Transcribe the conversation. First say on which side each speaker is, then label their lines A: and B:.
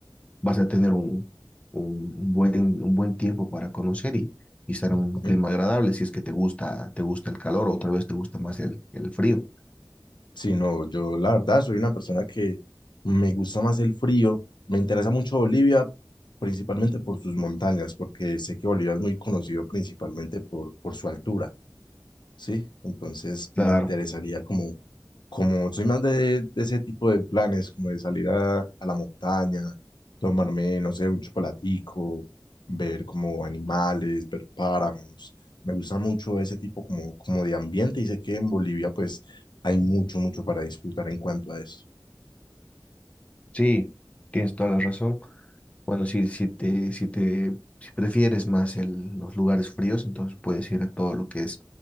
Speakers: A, on the left; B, on the left.
A: vas a tener un, un buen, un buen tiempo para conocer y, y estar
B: ujú.
A: en un clima agradable si es que te gusta, te gusta el calor o tal vez te gusta más el, el frío.
B: Sí, no, yo la verdad soy una persona que me gusta más el frío. Me interesa mucho Bolivia, principalmente por sus montañas, porque sé que Bolivia es muy conocido principalmente por, por su altura. Sí, entonces
A: Claro,
B: me interesaría como, como soy más de, de ese tipo de planes, como de salir a, a la montaña, tomarme, no sé, un chocolatico, ver como animales, ver páramos. Me gusta mucho ese tipo como, como de ambiente y sé que en Bolivia pues hay mucho, mucho para disfrutar en cuanto a eso.
A: sí, tienes toda la razón. Bueno, si, si te, si te, si prefieres más el- los lugares fríos, entonces puedes ir a todo lo que es